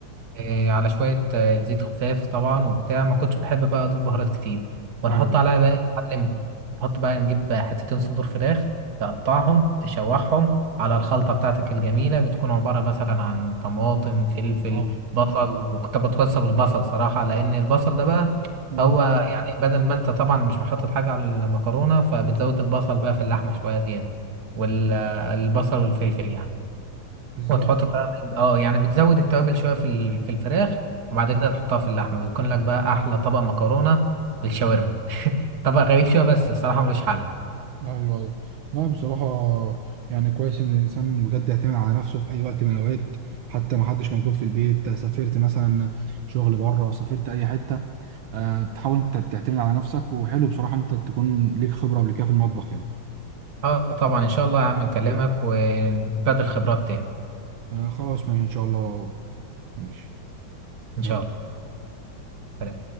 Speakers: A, on the right; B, on the right.
A: إيه، على شوية آه، زيت خفاف طبعا وبتاع ما كنتش بحب بقى أضيف بهارات كتير ونحط
B: ايوه
A: عليها بقى إيه يا معلم نحط بقى نجيب بقى حتتين صدور فراخ تقطعهم تشوحهم على الخلطة بتاعتك الجميلة بتكون عبارة مثلا عن طماطم فلفل
B: اه
A: بصل وكنت بتوصى بالبصل صراحة لأن البصل ده بقى
B: امم
A: هو يعني بدل ما أنت طبعا مش محطط حاجة على المكرونة فبتزود البصل بقى في اللحمة شوية زيادة والبصل والفلفل يعني
B: بالظبط
A: وتحط توابل اه يعني بتزود التوابل شويه في ال- في الفراخ وبعد كده تحطها في اللحمه بيكون لك بقى احلى طبق مكرونه بالشاورما طبق غريب شويه بس الصراحه ملوش حل
B: ايوه ايوه لا بصراحه يعني كويس ان الانسان بجد يعتمد على نفسه في اي وقت من الاوقات حتى ما حدش موجود في البيت سافرت مثلا شغل بره سافرت اي حته أه تحاول انت تعتمد على نفسك وحلو بصراحه انت تكون ليك خبره قبل كده في المطبخ يعني
A: اه طبعا ان شاء الله يا عم نكلمك ونبادل خبرات تاني
B: أه خلاص ماشي ان شاء الله ماشي
A: ان
B: يلا
A: شاء الله سلام